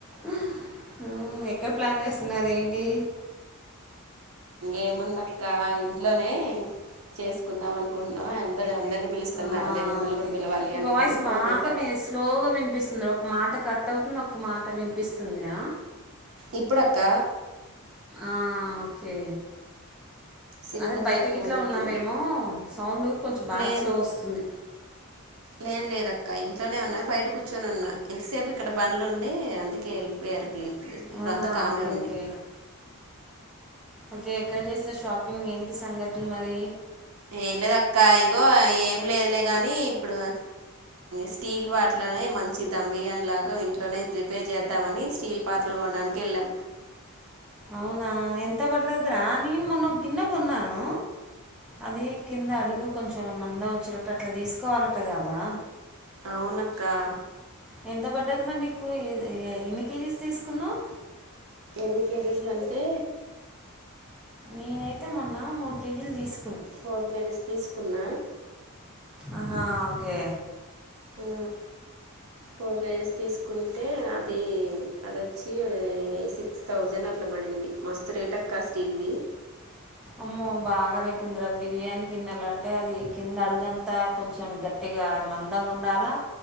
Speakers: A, in the centre; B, on the right (about 70°).
A: ఏ ఎక్కడ ప్లాన్ చేస్తున్నారు ఏంటి
B: ఏముంది అక్క ఇంట్లోనే చేసుకుందాం అనుకుంటున్నాం అందరు అందరిని పిలుస్తున్నా
A: ఆహా
B: అదే మిమ్మల్ని
A: ఓకే
B: కూడా పిలవాలి
A: నీ
B: అనుకొని
A: వాయిస్
B: ఫోన్
A: బాగా
B: చేసా
A: స్లోగ వినిపిస్తుంది రా ఒక మాట కట్ అవుతుంది ఒక మాట వినిపిస్తుందిరా
B: ఇప్పుడ అక్క
A: ఆ ఓకే
B: సిగ్నల్
A: అదే బయటగిట్ల
B: తక్కువ ఉన్నట్టుంది
A: ఉన్నామేమో సౌండ్ కొంచెం బాగా
B: లే
A: స్లో వస్తుంది.
B: లేదు లేదు. క్క ఇంట్లోనే ఉన్నాయి బయట కూర్చొని ఉన్నా ఇంతసేపు ఇక్కడ బండ్లు ఉండి అందుకే వెళ్ళిపోయారు. ఇప్పుడు ఇప్పుడు ఇప్పుడంతా
A: ఆహా
B: కామే
A: ఓకే
B: ఉంది
A: ఓకే ఓకే ఎక్కడ చేస్తారు షాపింగ్ ఏంటి సంగతులు మరే
B: ఏం లేదక్క ఇగో ఏం లేదులే గాని ఇప్పుడు స్టీల్ వాట్లనే మంచి ధమ్ బిర్యానీ లాగా ఇంట్లోనే ప్రిపేర్ జేద్దామని స్టీల్ పాత్రలు కొ గెళ్ళం
A: అవునా ఎంత పట్లదిరా నేను మొన్న గిన్నె కొన్నాను. అది కింద అడుగు కొంచెం మందం ఓచ్చేటట్టు అట్లా దిస్కోవాలట గదా.
B: అవునక్కా
A: ఎంత బడ్డది మరి నీకు ఎన్ని కేజీస్ తీస్కున్నావు.
B: ఎన్ని కేజిసంటే
A: నేనైతే మొన్న మూడు కేజీలు థిస్
B: ఫోర్ కేజీస్ తీస్కున్న
A: ఆహా ఓకే
B: ఆ వో ఫోన్ ఫే జేషి తీస్కుంటే అది అదొచ్చి సిక్స్ థౌసేండ్ అట్లా బడింది. మస్తు రేటక్క స్టీల్వి
A: అమ్మో బాగా రేటుందిరా బిర్యానీ గిన్నెలంటే అది కింద అడుగంతా కొంచెం గట్టే ఇగా మందంగూండాలా